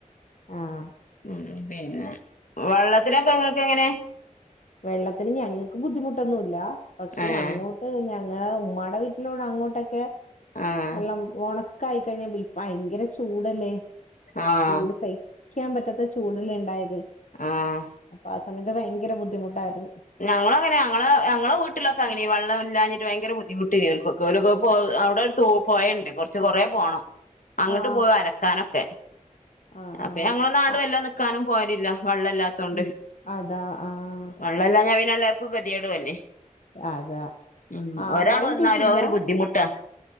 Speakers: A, on the left (about 65°); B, on the left (about 75°).
A: ആഹ്
B: ഉം പിന്നെ വെള്ളത്തിലൊക്കെങ്ങക്കെങ്ങനെ
A: വെള്ളത്തിന് ഞങ്ങക്ക് ബുദ്ധിമുട്ടൊന്നുല്ല, പക്ഷെ
B: ഏഹ്
A: അങ്ങോട്ട് ഞ ഏ ഉമ്മാടെ വീട്ടിലോടെ അങ്ങോട്ടക്കെ
B: ആഹ്
A: വെള്ളം ഒണക്കായി കഴിഞ്ഞ <unintelligible> ഭയങ്കര ചൂടല്ലേ
B: ആഹ്
A: ചൂട് സഹി ക്കാൻ പറ്റാത്ത ചൂടല്ലേണ്ടായത്
B: ആഹ്
A: അപ്പ ആ സമയത്ത് ഭയങ്കര ബുദ്ധിമുട്ടായിട്ടു
B: ഞങ്ങളങ്ങനെ ഞങ്ങളെ ഞങ്ങളെ വീട്ടിലൊക്കെ അങ്ങനെ വള്ളല്ലാഞ്ഞി ഭയങ്കര ബുദ്ധിമുട്ടേനി ഓൽക്കൊക്കെ ഓലൊക്കെ പോ അവിടെ ഒരു തോ പോയണ്ട് കൊർച്ച് കൊറേ പോണം. അങ്ങട്ട്
A: ആഹ്
B: പോവു അലക്കാനൊക്കെ
A: ആഹ്
B: അപ്പൊ
A: ആഹ്
B: ഞങ്ങളോണ്ട്
A: ആഹ്
B: വല്ല നിക്കാനും പോല് ല്ല. വള്ളല്ലാത്തോണ്ട്
A: ഉം അതാ ആഹ്
B: വള്ളല്ലാഞ്ഞ പിന്നെ എല്ലാർക്കും കെതിയേടും അല്ലേ.
A: അതാ
B: ഉം
A: ആഹ്
B: ഒരാള്
A: ലൈൻ
B: വന്നാലും
A: പൈപ്പ് ഇല്ല
B: ഔഒര് ബുദ്ധിമുട്ടാ